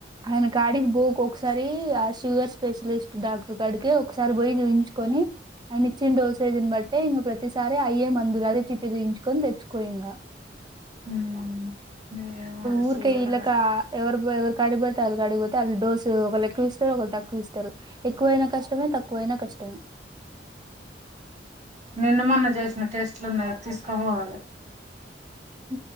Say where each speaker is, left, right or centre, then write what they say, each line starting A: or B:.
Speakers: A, on the right; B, on the right.
A: ఆయన కాడికి పోకు ఒకసారి ఆ షుగర్ స్పెషల్ బెస్ట్ డాక్టర్ కాడికే ఒకసారి పోయి చూయించుకొని ఆయన ఇచ్చిన డోసేజ్ ని బట్టే ఇంగ ప్రతిసారీ అయే మందులు అదే చీటీ చూయించుకొని తెచ్చుకో ఇంగ.
B: ఉమ్ ఏమో మరి
A: ఊర్
B: చూడగా
A: కై ఇలక ఎవరు ఎవరి కాడిడితే వాళ్ళకి ఆడిపోతే వాళ్ళు డోసు ఒకళ్ళ ఎక్కువ ఇస్తారు ఒకళ్ళ తక్కువ ఇస్తారు ఎక్కువైనా కష్టమే తక్కువైనా కష్టమే
B: నిన్న మొన్నా చేసిన టెస్ట్లు ఉన్నాయి తీసుకుపోవాలి
A: హ